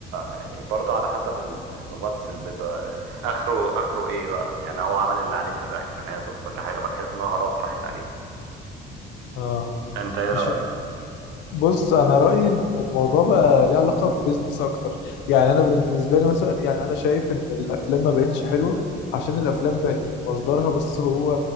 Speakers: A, on the right; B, on the left.
A: يعني برضه على حسب ال- الممثل بيبقى اخره اخره ايه بقى يعني هو عمل اللي عليه في الرياكشنات وفي كل حاجه فتحس ان هو خلاص راحت عليه
B: اه
A: انت ايه
B: مش
A: رايك
B: بص انا رايي ان الموضوع بقى ليه علاقه ببزنس اكتر يعني انا بالنسبه لي مثلا يعني انا شايف ان الافلام ما بقتش حلوه عشان الافلام بقت مصدرها بس هو